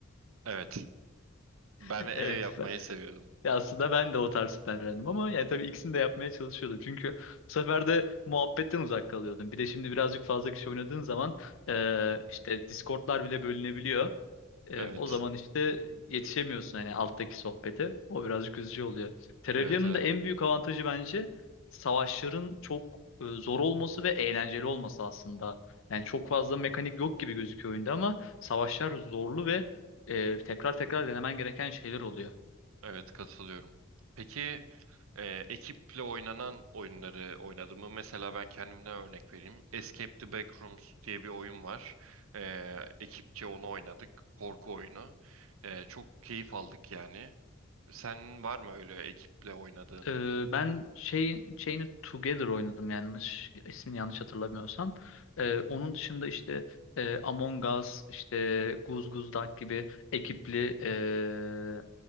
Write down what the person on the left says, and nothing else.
<laughs>
Evet.
Ben,
ya aslında ben de o tarz tiplerdendim ama yani tabii ikisini de yapmaya çalışıyordum. Çünkü bu sefer de muhabbetten uzak kalıyordum. Bir de şimdi birazcık fazla kişi oynadığın zaman ee, işte Discord'lar bile bölünebiliyor. E,
o zaman işte yetişemiyorsun hani alttaki sohbete. O birazcık üzücü oluyor. Terraria'nın
da en büyük avantajı bence savaşların çok e, zor olması ve eğlenceli olması aslında. Yani çok fazla mekanik yok gibi gözüküyor oyunda ama savaşlar zorlu ve e, tekrar tekrar denemen gereken şeyler oluyor.
Ee, ben şey şeyini Together oynadım yanlış ismini yanlış hatırlamıyorsam. Ee, onun dışında işte e, Among Us, işte Guz Guz Duck gibi ekipli e,